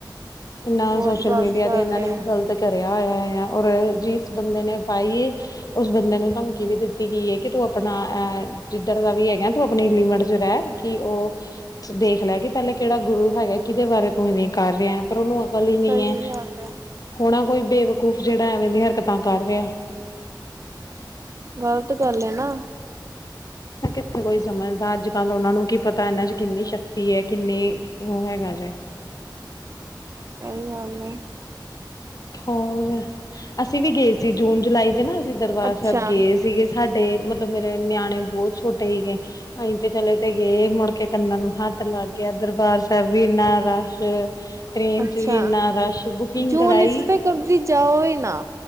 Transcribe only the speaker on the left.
ਇਨਾ
ਸੋਸ਼ਲ
ਮੀਡੀਆ
ਤੇ ਏਨਾਂ
ਨੇ ਗਲਤ ਭਰਿਆ ਹੋਇਆ ਐ, ਆ ਔਰ ਜਿਸ ਬੰਦੇ ਨੇ ਪਾਈਏ ਉਸ ਬੰਦੇ ਨੂੰ ਧਮਕੀ ਵੀ ਦਿੱਤੀ ਗਈ ਐ ਕੀ ਤੂੰ ਆਪਣਾ ਐ ਜਿੱਧਰ ਦਾ ਵੀ ਹੈਗਾ ਤੂੰ ਆਪਨੀ ਲਿਮਟ 'ਚ ਰੈ। ਕੀ ਓ ਦੇਖ ਲੈ, ਕੀ ਪੈਲੇ ਕੇੜਾ ਗੁਰੂ ਹੈਗਾ, ਕਿਦੇ ਬਾਰੇ ਤੂੰ ਇਵੇਂ ਕਰ ਰਿਐ? ਪਰ ਉਨੂੰ ਅਕਲ ਈ ਨੀ
ਐ,
ਹੋਨੈ ਕੋਈ ਬੇਵਕੂਫ ਜੇੜਾ ਐਵੇਂ ਦੀਆਂ ਹਰਕਤਾਂ ਕਰ ਰਿਐ।
ਕਿੱਥੇ ਕੋਈ ਸਮਝਦਾ ਅੱਜ-ਕੱਲ ਉਨਾਂ ਨੂੰ ਕੀ ਪਤਾ ਐਨਾਂ 'ਚ ਕਿੰਨੀ ਸ਼ਕਤੀ ਐ, ਕਿੰਨੀ ਓ ਹੈਗਾ ਜੇ।
ਹੋਰ, ਅਸੀਂ ਵੀ ਗੇ ਸੀ ਜੂਨ-ਜੁਲਾਈ 'ਚ ਨਾ, ਅਸੀਂ ਦਰਬਾਰ
ਸੈਬ ਗੇ ਸੀਗੇ। ਸਾਡੇ ਮਤਲਬ, ਮੇਰੇ ਨਿਆਣੇ ਬੋਤ ਛੋਟੇ ਹੀਗੇ। ਅਹੀ ਤੇ ਚਲੇ 'ਤੇ ਗਏ, ਮੁੜ ਕੇ ਕੰਨਾਂ ਨੂੰ ਹੱਥ ਲੱਗ ਗੇਆ, ਦਰਬਾਰ ਸੈਬ ਵੀ ਇੰਨਾ ਰਸ਼। ਟ੍ਰੇਨ
'ਚ ਵੀ ਇੰਨਾ ਰਸ਼, ਬੁਕਿੰਗ
ਕਰਾਈ?